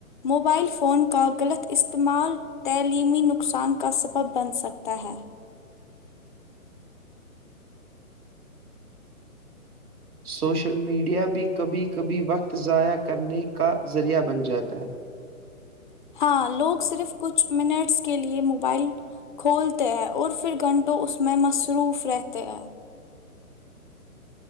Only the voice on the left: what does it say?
موبائل فون کا غلط استعمال تعلیمی نقصان کا سبب بن سکتا ہے
ہاں لوگ صرف کچھ منٹس کے لیے موبائل کھولتے ہیں اور پھر گھنٹوں اس میں مصروف رہتے ہیں